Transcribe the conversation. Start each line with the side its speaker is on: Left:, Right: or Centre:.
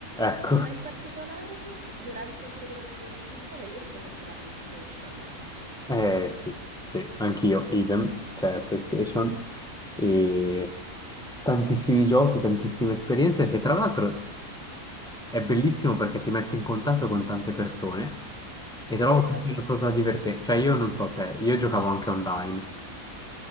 Centre: Ecco.
Right: ma in particolare durante il periodo adolescenziale lì ho scoperto la PlayStation,
Centre: Eh sì, sì, anch'io, idem, cioè PlayStation e tantissimi giochi, tantissime esperienze che tra l'altro è bellissimo perché ti mette in contatto con tante persone e trovo
Right: vero?
Centre: così una cosa divertente. Cioè io non so te, io giocavo anche online.